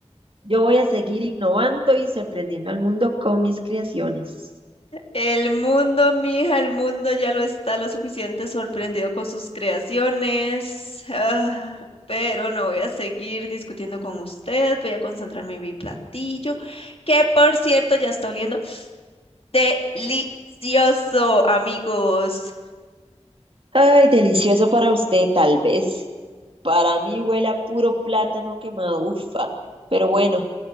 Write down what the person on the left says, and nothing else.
El mundo, mija, el mundo ya lo está lo suficiente sorprendido con sus creaciones. Ah, pero no voy a seguir discutiendo con usted. Voy a concentrarme en mi platillo, que por cierto ya está oliendo delicioso, amigos.